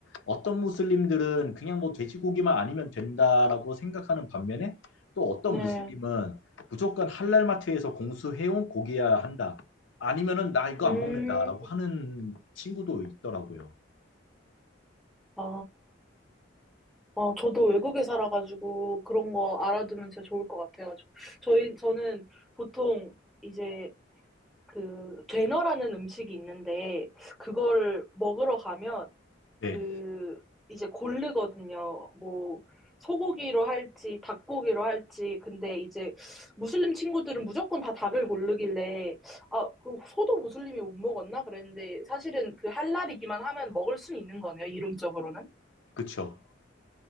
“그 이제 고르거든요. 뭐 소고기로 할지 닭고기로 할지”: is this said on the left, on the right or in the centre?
Centre